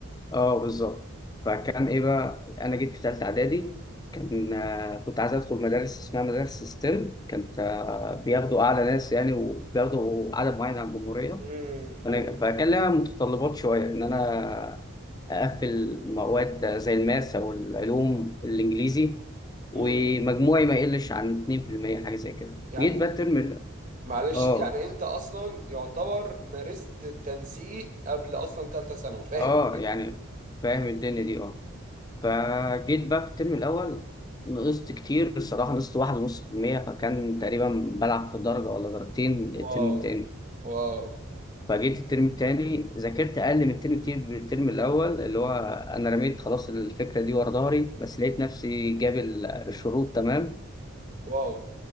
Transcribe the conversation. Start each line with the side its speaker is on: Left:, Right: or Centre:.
Left: اه بالظبط فكان ايه بقى انا جيت في ثالثه اعدادي كان آه، كنت عايز ادخل مدارس اسمها مدارس ستيم كانت آه، بياخدوا اعلى ناس يعني وبياخدوا عدد معين على الجمهوريه
Right: امم امم
Left: فأنا- فكان لها متطلبات شوية إن أنا أقفل مواد زي الماس أو العلوم الإنجليزي ومجموعي
Right: امم
Left: ما يقلش عن 2% حاجة زي كده
Right: يعني
Left: جيت بقى
Right: إنت-
Left: الترم ال-
Right: معلش
Left: آه
Right: يعني انت اصلا يعتبر مارست التنسيق قبل اصلا تالتة ثانوي فاهم
Left: آه
Right: الفكرة
Left: يعني فاهم الدنيا دي آه فجيت بقى في الترم الأول نقصت كتير الصراحة نقصت واحد ونص في المية فكان تقريبا بلعب في درجة ولا درجتين الترم
Right: واو
Left: التاني
Right: واو
Left: فجيت الترم التاني ذاكرت اقل من الترم كتير من الترم الاول اللي هو انا رميت خلاص الفكره دي ورا ظهري بس لقيت نفسي جاب ال- الشروط تمام
Right: واو